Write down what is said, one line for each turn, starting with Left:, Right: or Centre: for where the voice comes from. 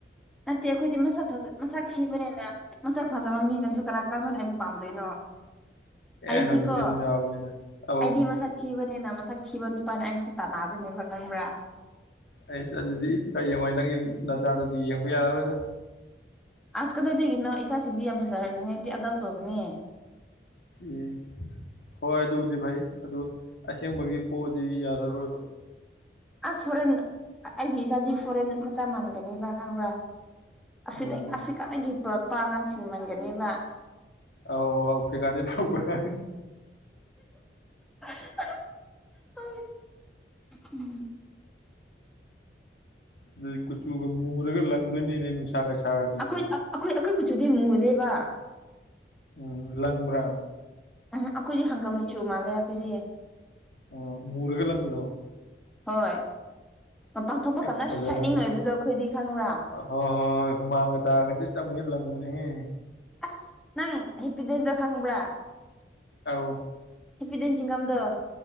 Centre: ꯅꯠꯇꯦ ꯑꯩꯈꯣꯏꯗꯤ ꯃꯁ ꯐꯖ ꯃꯁꯛ ꯊꯤꯕꯅꯤꯅ ꯃꯁꯛ ꯐꯖꯕ ꯃꯤꯅꯁꯨ ꯀꯅꯥ ꯀꯔꯝꯍꯥꯏꯅ ꯑꯩꯕꯨ ꯄꯥꯝꯗꯣꯏꯅꯣ
Left: ꯑꯦ
Centre: ꯑꯩꯗꯤꯀꯣ
Left: ꯍꯧꯖꯤꯛꯇꯤ ꯑꯗꯨꯝ ꯌꯥꯕꯅꯤꯗ ꯑꯧ
Centre: ꯑꯩꯗꯤ ꯃꯁꯛ ꯊꯤꯕꯅꯤꯅ ꯃꯁꯛ ꯊꯤꯕ ꯅꯨꯄꯥꯅ ꯑꯩꯕꯨꯁꯨ ꯇꯥꯟꯕꯤꯅꯤꯕꯥ ꯈꯪꯕ꯭ꯔꯥ
Left: ꯑꯩ ꯑꯗꯨꯗꯤ ꯏꯁ ꯍꯌꯦꯡꯋꯥꯏ ꯅꯪꯒꯤ ꯅꯖꯥꯗꯨꯗꯤ ꯌꯦꯡꯕ ꯌꯥꯔꯔꯣꯏꯗ
Centre: ꯑꯁ ꯀꯖꯩꯗꯒꯤꯅꯣ ꯏꯆꯥꯁꯤꯡꯗꯤ ꯌꯥꯝ ꯐꯖꯔꯒꯅꯤ ꯑꯗꯨꯗꯤ ꯑꯗꯧ ꯇꯧꯒꯅꯤ
Left: ꯏꯁ ꯍꯣꯏ ꯑꯗꯨꯕꯨꯗꯤ ꯐꯩ ꯑꯗꯨ ꯑꯁꯦꯡꯕꯒꯤ ꯄꯣꯑꯗꯤ ꯌꯥꯔꯔꯣꯏꯕ
Centre: ꯑꯁ ꯐꯣꯔꯦꯟ ꯑꯩꯒꯤ ꯏꯆꯥꯗꯤ ꯐꯣꯔꯦꯟ ꯃꯆꯥ ꯃꯥꯟꯒꯅꯤꯕ ꯈꯪꯕ꯭ꯔꯥ ꯑꯐ
Left: ꯎꯝ
Centre: ꯑꯐꯤꯀꯥꯗꯒꯤ ꯄꯨꯔꯛꯄ ꯑꯉꯥꯡꯁꯤꯡ ꯃꯟꯒꯅꯦꯕ
Left: ꯑꯥꯎ ꯑꯐꯔ꯭ꯤꯀꯗꯩꯩ ꯄꯨꯔꯛꯄꯥ ꯑꯉꯥꯡꯁꯤꯡ
Centre: ꯍ ꯎꯝ
Left: ꯑꯗꯨꯗꯩꯩ ꯀꯨꯆꯨꯒ ꯃꯨꯔꯒ ꯂꯪꯗꯣꯏꯅꯤꯅꯦ ꯅꯨꯡ ꯇꯒꯥꯁꯔ
Centre: ꯑꯩꯈꯣꯏ ꯑꯩꯈꯣꯏ ꯑꯩꯈꯣꯏ ꯀꯆꯨꯗꯤ ꯃꯨꯗꯦꯕ
Left: ꯎꯝ ꯂꯪꯕ꯭ꯔꯥ
Centre: ꯎꯝ ꯑꯩꯈꯣꯏꯗꯤ ꯍꯪꯒꯥꯝ ꯃꯆꯨ ꯃꯥꯜꯂꯦ ꯑꯩꯈꯣꯏꯗꯤ
Left: ꯑꯣ ꯃꯨꯔꯒ ꯂꯪꯕꯗꯣ
Centre: ꯍꯣꯏ ꯃꯄꯥꯟ ꯊꯣꯛꯄ
Left: ꯑꯩꯁ
Centre: ꯀꯥꯟꯗ
Left: ꯐꯖꯕꯅꯦ
Centre: ꯁꯥꯏꯅꯤꯡ ꯂꯩꯕꯗꯣ ꯑꯩꯈꯣꯏꯗꯤ ꯈꯪꯕ꯭ꯔꯥ
Left: ꯍꯣꯏ ꯍꯣꯏ ꯍꯣꯏ ꯍꯨꯃꯥꯡꯒ ꯇꯥꯔꯒꯗꯤ <unintelligible> ꯂꯪꯕꯅꯦꯍꯦ
Centre: ꯑꯁ ꯅꯪ ꯍꯦꯄꯤꯗꯦꯟꯠꯇꯣ ꯈꯪꯕ꯭ꯔꯥ
Left: ꯑꯥꯎ
Centre: ꯍꯦꯐꯗꯦꯟ ꯆꯤꯡꯒꯝꯗꯣ